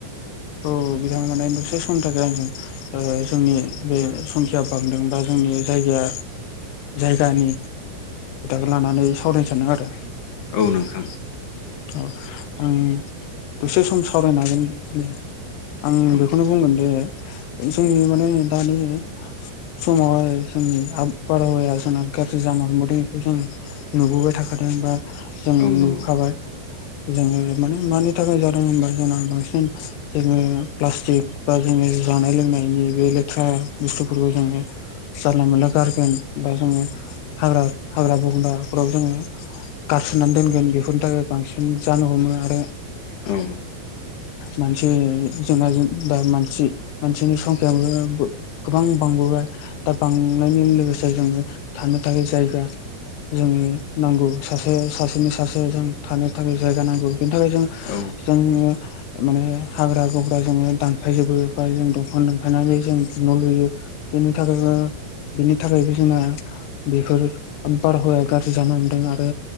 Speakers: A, on the left; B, on the left.
A: औ बिथाङा माने दसे समनि थाखाय आंजों ओ जोंनि बे संखिया बांदों बा जोंनि जायगाया जायगानि खोथाखो लानानै सावरायनो सानदों आरो।
B: औ नोंथां।
A: औ आं दसे सम सावरायनो हागोन दे। आं
B: औ
A: बेखौनो बुंगोन दे जोंनि माने दानि समावहाय जोंनि आब बारहावाया दा जोंना गाज्रि जानो हमबोदों बेखौ जों नुबोबाय थाखादों बा जों
B: औ
A: नुखाबाय।
B: नंगौ
A: जोङो माने मानि थाखाय जादों होनबा जोंना बांसिन जोङो प्लास्टिक बा जोङो जानाय लोंनायनि बे लेथ्रा बुस्थुफोरखौ जोङो जारला मोनला गारगोन बा जोङो हाग्रा हाग्रा बंग्रा न'फ्राव जोङो गारसोनानै दोनगोन बेफोरनि थाखाय बांसिन जानो हमो आरो
B: औ।
A: मानसि जोंना दा मानसि मानसिनि संखियाबो गोबां बांबोबाय दा बांनायनि लोगोसे जोङो थानो थाखाय जायगा जोंङो नांगौ सासे सासेनि सासे जों थानो थाखाय जायगा नांगौ। बेनि थाखाय जों
B: औ
A: जोनि माने हाग्रा गंग्रा जोङो दानफायजोबो बा जों दंफां दानफायनानै जों न' लुयो। बेनि थाखायबो बेनि थाखायबो जोंना। बेफोर बारहावाया गाज्रि जानो हमदों आरो